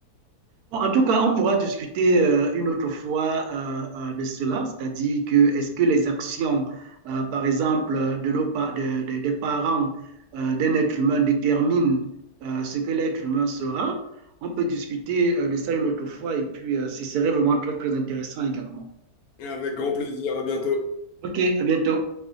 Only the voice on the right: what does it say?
Bon, en tout cas, on pourra discuter euh, une autre fois euh, euh, de cela, c'est-à-dire que est-ce que les actions, euh, par exemple, de nos pa- de- de- des parents euh, d'un être humain déterminent euh, ce que l'être humain sera? On peut discuter euh, de ça une autre fois et puis euh, ce serait vraiment très, très intéressant également.
OK, à bientôt.